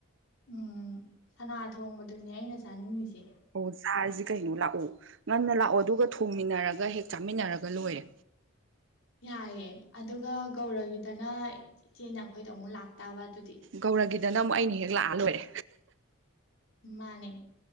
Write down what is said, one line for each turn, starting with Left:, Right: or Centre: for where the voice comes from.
Left: ꯎꯝ ꯁꯅꯥ ꯊꯣꯡꯕꯗꯨꯅꯦ ꯑꯩꯅ ꯆꯥꯅꯤꯡꯉꯁꯦ
Right: ꯑꯣ ꯁꯥꯔꯁꯤ ꯀꯩꯅꯣ ꯂꯥꯛꯑꯣ ꯉꯟꯅ ꯂꯥꯛꯑꯣ ꯑꯗꯨꯒ ꯊꯣꯡꯃꯤꯟꯅꯔꯒ ꯍꯦꯛ ꯆꯥꯃꯤꯟꯅꯔꯒ ꯂꯣꯏꯔꯦ
Left: ꯌꯥꯏꯌꯦ ꯑꯗꯨꯒ ꯒꯧꯔꯒꯤꯗꯅ ꯏꯆꯦꯅ ꯑꯩꯈꯣꯏꯗꯣ ꯑꯃꯨꯛ ꯂꯥꯛꯇꯥꯕ ꯑꯗꯨꯗꯤ
Right: ꯒꯧꯔꯒꯤ ꯗ ꯅ ꯑꯃꯨꯛ ꯑꯩꯅ ꯍꯦꯛ ꯂꯥꯛꯑ ꯂꯣꯏꯔꯦ
Left: ꯃꯥꯅꯦ